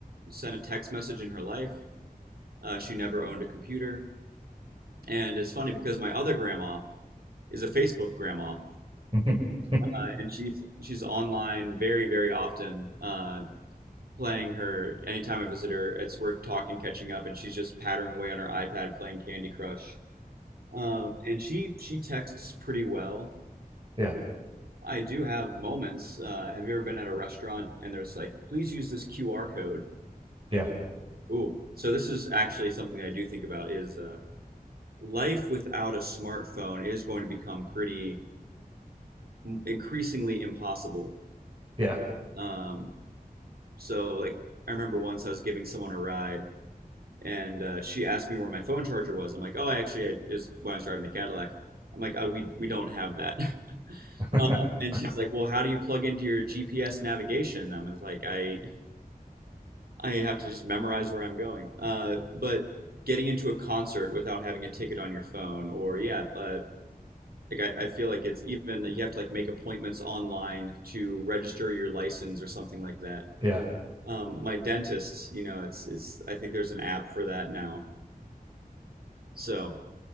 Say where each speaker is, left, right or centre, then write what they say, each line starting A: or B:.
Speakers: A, on the right (about 85°); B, on the right (about 35°).
A: sent a text message in her life. Uh, she never owned a computer, and it's funny because my other grandma is a Facebook grandma,
B: <laughs>
A: uh, and she's she's online very very often. Uh, playing her anytime I visit her. It's we're talking, catching up, and she's just pattering away on her iPad playing Candy Crush. Um, and she she texts pretty well.
B: Yeah.
A: I do have moments. Uh, have you ever been at a restaurant and there's like, please use this QR code?
B: Yeah.
A: Ooh, so this is actually something I do think about is uh, life without a smartphone is going to become pretty increasingly impossible.
B: Yeah.
A: Um, so like I remember once I was giving someone a ride and uh, she asked me where my phone charger was. I'm like, oh, I actually I, it was when I was driving the Cadillac. I'm like, oh, we we don't have that. <laughs>
B: <laughs>
A: Uh, and she's like, well, how do you plug into your GPS navigation? I was like, I I have to just memorize where I'm going. Uh, but getting into a concert without having a ticket on your phone, or yeah, uh, like I, I feel like it's even you have to like make appointments online to register your license or something like that.
B: Yeah.
A: Um, my dentist, you know, it's it's I think there's an app for that now. So